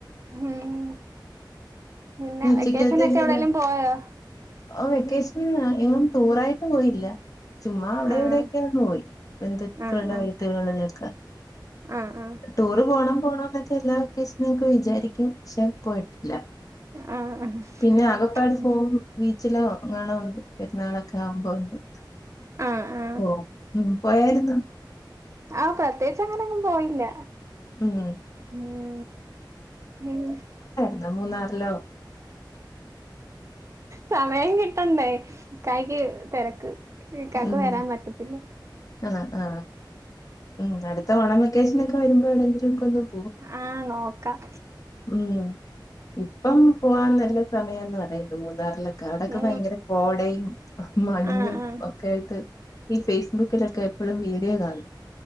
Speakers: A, on the right; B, on the left.
A: ഉം പിന്നെ
B: ഉച്ചക്കത്തേക്കല്ല
A: വെക്കേഷനോക്കെ എവിടെലും പോയോ
B: ഓ വെക്കേഷന് എങ്ങും ടൂറായിട്ട് പോയില്ല ചുമ്മാ അവിടെ
A: ആഹ്
B: ഇവിടെയോക്കൊ ഒന്ന് പോയി ബന്ധുക്കൾടെ
A: ആഹ് ആഹ്
B: വീട്ടുകളിലൊക്കെ
A: ആഹ്
B: ടൂറ് പോണം പോണം നോക്കെ എല്ലാ വെക്കേഷനൊക്കെ വിരു - വിചാരിക്കും പക്ഷെ പോയിട്ടില്ല
A: ആഹ് ആഹ് ആഹ്
B: പിന്നെ ആകപ്പാട്
A: ഉം
B: പോവും ബീ- ചിലോ ങ്ങണും പെരുന്നാളൊക്കെ ആവുമ്പോ വന്ന്
A: ആഹ് ആഹ്
B: ഓ ഉം പോയാരുന്നു
A: ആ പ- പ്രത്യേകിച്ച് അങ്ങന അങ്ങും പോയില്ല
B: ഉം.
A: ഉം ഉം
B: ന്നാ മൂന്നാർലോ
A: സമയം കി ട്ടണ്ടേ ഇക്കായിക്ക് തെരക്ക്. ഇക്കാക്ക്
B: ഉം
A: വരാൻ പറ്റത്തില്ല
B: അ ആ ഉം അടുത്ത ഓണം വ വെക്കേഷനൊക്കെ വരുമ്പോ എ വിടെങ്കിലും ഒക്കെ ഒന്നു
A: ആ നോ ക്ക
B: ഉം ഇപ്പം പോവാൻ നല്ല സമയാന്ന് പറയുന്ന് മൂന്നാറില്. അവിടൊക്കെ
A: മൂ
B: ഭയങ്കര കോടയും മഞ്ഞും
A: ആഹ് ആഹ്
B: ഒക്കെ ആയിട്ട് ഈ ഫേസ്ബുക്കിലൊക്കെ. എപ്പഴും വീഡിയോ കാണും.